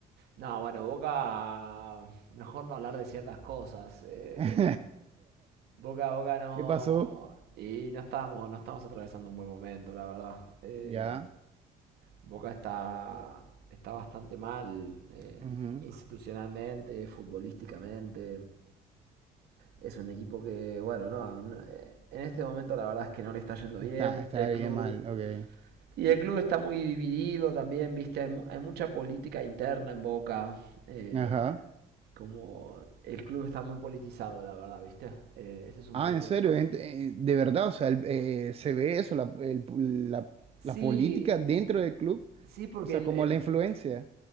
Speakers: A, on the right; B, on the right.
A: No, bueno, Boca, mejor no hablar de ciertas cosas. eh,
B: <laughs>
A: Boca, Boca no.
B: ¿Qué pasó?
A: Y no estábamos, no estamos atravesando un buen momento, la verdad. Eh,
B: Ya,
A: Boca está, está bastante mal eh,
B: ujú.
A: institucionalmente, futbolísticamente. Es un equipo que, bueno, no, no, eh, en este momento la verdad es que no le está yendo
B: Está,
A: bien.
B: estaría
A: El club
B: mal, ok.
A: y el club está muy dividido también, viste, hay, mu- hay mucha política interna en Boca. eh,
B: Ajá.
A: como el club está muy politizado, la verdad, viste. Eh, ese es un
B: Ah,
A: problema.
B: en serio, Ent- eh, de verdad, o sea, el- eh, se ve eso, la, el- la-
A: Sí,
B: la política dentro del club,
A: sí, porque
B: o sea,
A: el,
B: como
A: el-
B: la influencia.